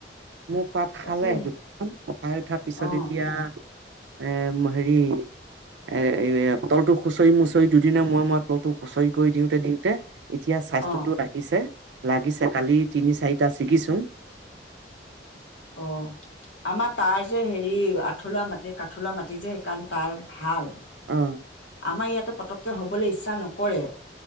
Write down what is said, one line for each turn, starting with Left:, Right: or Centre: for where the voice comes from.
Right: মোৰ পাত
Left: তাকে
Right: খালে দুখন উঠাই উঠাৰ পিছত
Left: অ
Right: এতিয়া এ হেৰি এ তলটো খুঁচৰি মুচৰি দুদিনা মই মই তলটো হুঁচৰি কৰি দিওঁতে দিওঁতে এতিয়া স্বাস্থ্যটো
Left: অ
Right: ৰাখিছে। লাগিছে কালি। তিনি চাৰিটা ছিকিছোঁ
Left: অ আমাৰ তাৰ যে হেৰি আঁঠলুৱা‌ মাটি কাঠলুৱা মাটি যে, সেইকাৰণ তাৰ ভাল।
Right: অ
Left: আমাৰ ইয়াতে পতকৈ হ'বলৈ ইচ্ছা নকৰে